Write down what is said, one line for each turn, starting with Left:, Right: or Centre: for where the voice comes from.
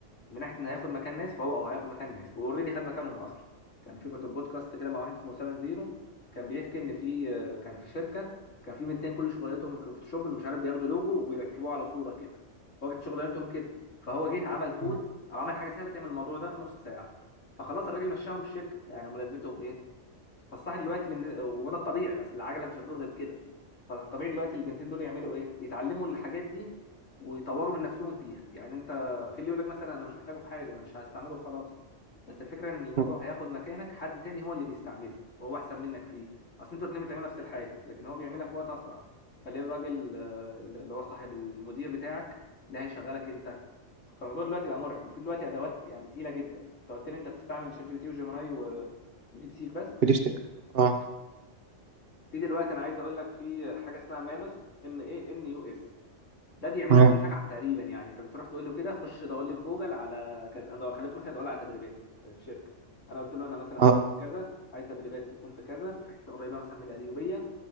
Left: من ناحيه ان هياخد مكان ناس فهو اه هياخد مكان ناس واوريدي خد مكانهم اصلا كان في كنت بودكاست كده مع واحد اسمه اسامه زيرو كان بيحكي ان في آه، كان في شركه كان في بنتين كل شغلتهم في فوتوشوب إن مش عارف بياخدوا لوجو ويركبوه على صوره كده هو كانت شغلانتهم كده فهو جه عمل كود
Right: م-
Left: او عمل حاجه سهله تعمل الموضوع ده في نص ساعه فخلاص الراجل مشاهم من الشركه يعني هم لازمتهم ايه فالصح دلوقتي بالن- وده الطبيعي اصل العجله مش هتدور غير كده فالطبيعي دلوقتي البنتين دول يعملوا ايه يتعلموا الحاجات دي ويطوروا من نفسهم فيها يعني انت في اللي يقول لك مثلا انا مش محتاجه في حاجه انا مش هستعمله خلاص بس الفكره ان الموضوع
Right: م.
Left: هياخد مكانك حد تاني هو اللي بيستعمله وهو احسن منك فيه اصل انتوا الاتنين بتعملوا نفس الحاجه لكن هو بيعملها في وقت اسرع فليه الراجل آه، اللي هو صاحب المدير بتاعك اللي هيشغلك انت فالموضوع دلوقتي بقى مرعب وفي دلوقتي ادوات يعني تقيله جدا انت قلت لي انت بتستعمل شات جي بي تي وجيميناي و- وديب سيك بس
Right: دي الفكرة اه
Left: في دلوقتي انا عايز اقول لك في حاجه اسمها مانوس ام اي ان يو اس ده بيعمل
Right: اه
Left: لك كل حاجه تقريبا يعني انت بتروح تقول له كده خش دور لي في جوجل على كذا انا خليته مثلا يدور لي على تدريبات في في شركه انا قلت له انا مثلا مهندس
Right: اه
Left: كذا عايز تدريبات تكون في كذا في حته قريبه مثلا من القليوبيه